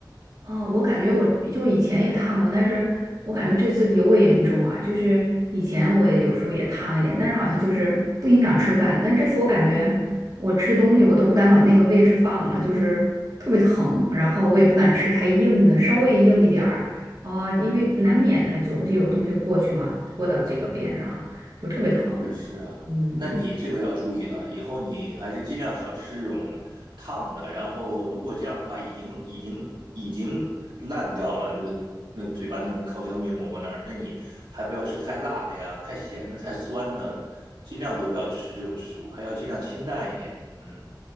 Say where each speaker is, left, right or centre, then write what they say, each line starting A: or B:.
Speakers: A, on the right; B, on the right.
A: 啊，我感觉我就以前也烫过，但是我感觉这次尤为严重啊。就是以前我也有时候也烫一点，但是好像就是不影响吃饭。但这次我感觉我吃东西我都不敢往那个位置放了，就是特别疼，然后我也不敢吃太硬的，稍微硬一点儿啊，因为难免它总是有东西过去嘛，过到这个边上哈，就特别疼。
B: 这是啊，
A: 嗯。
B: 那你这个要注意了，以后你还是尽量少吃这种烫的。然后，如果这样的话，已经已经已经烂掉了那个那嘴巴那个口腔黏膜那儿，那你还不要吃太辣的呀，太咸的、太酸的，尽量都不要吃这种食物，还要尽量清淡一点。嗯，